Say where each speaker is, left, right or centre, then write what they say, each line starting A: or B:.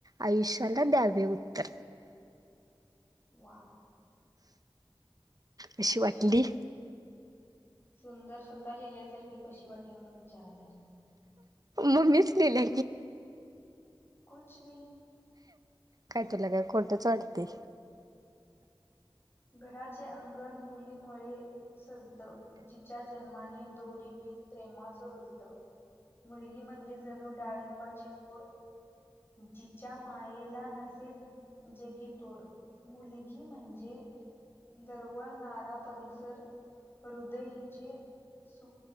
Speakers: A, on the right; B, on the left.
A: आयुष्याला द्यावे उत्तर
B: वा
A: अशी वाटली
B: सुंदर स्वतः लिहिल्यासारखी कशी वाटली म्हणून विचार आले अस
A: म मस्री ला
B: कच मी
A: कायटला काय कोतच वाडते
B: घराचे अंगण मुलीमुळे सजत जिच्या जन्माने दोरी प्रेमाच रुत मुलगी म्हणजे जणू डाळिंबाची फूड जिच्या मायेला नसे जगी तोड मुलगी म्हणजे दरवळ नारा परिसर हृदय हिचे सुख